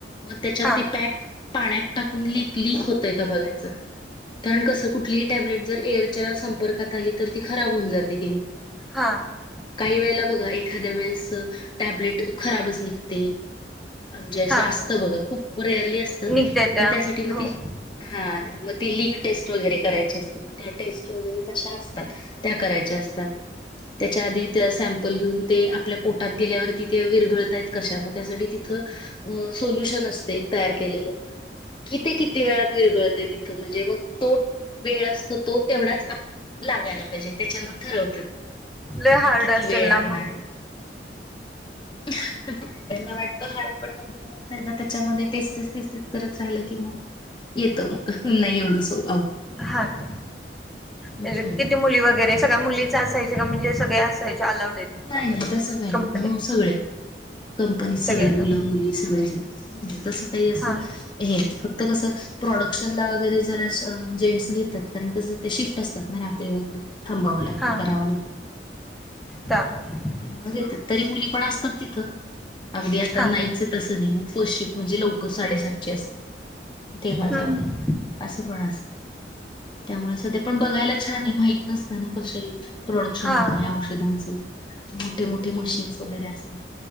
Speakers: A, on the left; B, in the centre.
A: मग त्याच्यात
B: हा
A: ते पॅक पाण्यात टाकून लिक लिक होतय का बघायचं. कारण कसं कुठलीही टॅबलेट जर एअरच्या संपर्कात आली तर ती खराब होऊन जाते कीनी
B: हां.
A: काही वेळेला बघा एखाद्या वेळेस टॅबलेट खराबच निघते. म्हणजे
B: हा
A: असतं बघ खूप रेअरली असत
B: निघत्या त्या
A: पण त्यासाठी मग
B: हो
A: ती हां. हां मग ती लिक टेस्ट वगैरे करायची असते मग त्या टेस्ट वगैरे तशा असतात त्या करायच्या अस. तात त्याच्या आधी ते सॅम्पल घेऊन ते आपल्या पोटात गेल्यावर तिथे विरघळतायत कशा मग त्यासाठी तिथं. मग सोलुशन असते तयार केलेले. किती किती वेळात विरगळतंय तिथं म्हणजे मग तो वेळ असतो तो तेवढाच आ लागायला पाहिजे त्याच्यावरून ठरवतात
B: लय
A: कि
B: हार्ड
A: किती
B: असेल
A: वेळ
B: ना
A: लागणारयें.
B: मग
A: ह. त्यांना वाटत हा पण नंतर नंतर ना त्याच्यामध्ये तेच तेच तेच तेच करत राहिलं की मग येतो मग नाही एवढं सप
B: हा ना
A: हम्म
B: म्हणजे किती मुली वगैरे सगळ्या मुलीच असायचे का म्हणजे सगळे असायचे. अलाउड आहेत तिथं
A: नाही
B: म्हणजे
A: नाही तसं काही
B: कंपनीत
A: हो सगळे कंपनीत
B: सगळ्यांना
A: सगळे मुलं मुली सगळे जण. ह् तसं काही असं
B: हां
A: हे फक्त तर कसं प्रोडक्शनला वगैरे जर जेंट्स घेतात कारण कसं ते शिफ्ट असतात मग रात्री वगैरे थांबावं लागतं
B: हां
A: करावं लागतं.
B: त्यामुळे
A: त्यामुळं घेतात तरी मुली पण असतात तिथं, अगदी आता
B: हां
A: नाहीच तस नाही. फर्स्ट शिफ्ट म्हणजे लवकर साडेसातची असते तेव्हा जावं
B: हम्म.
A: लागतं असं. त्यामुळे सध्या पण बघायला छान आहे. माहित नसत ना कसे प्रोडक्शन
B: हां
A: होतं या्या औषधांचं मोठे मोठे मशीन्स वगैरे असतात.